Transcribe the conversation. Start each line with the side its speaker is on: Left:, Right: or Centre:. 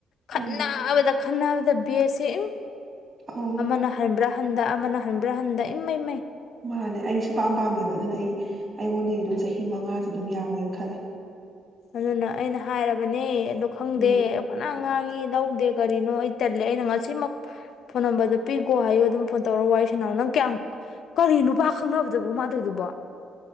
Left: ꯈꯟꯅꯥꯕꯗ
Right: ꯑꯥ
Left: ꯈꯟꯅꯅꯕꯗ ꯕꯦꯁꯁꯦ ꯑꯝ
Right: ꯑꯧ
Left: ꯑꯃꯅ ꯍꯟꯕ꯭ꯔꯥ ꯍꯟꯗ ꯑꯃꯅ ꯍꯟꯕ꯭ꯔꯥ ꯍꯟꯗ ꯏꯃꯩ ꯃꯩ
Right: ꯃꯥꯅꯦ ꯑꯩꯁꯨ ꯄꯥꯝ ꯄꯥꯝꯅꯦꯕ ꯑꯗꯨꯅ ꯑꯩꯉꯣꯟꯗꯒꯤ ꯑꯗꯨꯝ ꯆꯍꯤ ꯆꯍꯤ ꯃꯉꯥꯁꯦ ꯑꯗꯨꯝ ꯌꯥꯔꯦꯅ ꯈꯜꯂꯦ
Left: ꯑꯗꯨꯅ ꯑꯩꯅ ꯍꯥꯏꯔꯕꯅꯦ ꯑꯣ ꯈꯪꯗꯦ
Right: ꯎꯝ
Left: ꯐꯅ ꯉꯥꯡꯉꯤ ꯂꯧꯗꯦ ꯀꯔꯤꯅꯣ ꯑꯩ ꯇꯜꯂꯦ ꯑꯩꯅ ꯉꯁꯤꯃꯛ ꯐꯣꯟ ꯅꯝꯕꯔꯗꯣ ꯄꯤꯈꯣ ꯍꯥꯏꯌꯣ ꯑꯗꯨꯝ ꯐꯣꯟ ꯇꯧꯔꯒ ꯋꯥꯔꯤ ꯁꯅꯥꯎ ꯅꯪ ꯀꯌꯥꯝ ꯀꯔꯤ ꯅꯨꯄꯥ ꯈꯪꯅꯕꯗꯕꯨ ꯃꯥꯥꯅ ꯇꯧꯔꯤꯗꯨꯕꯣ꯫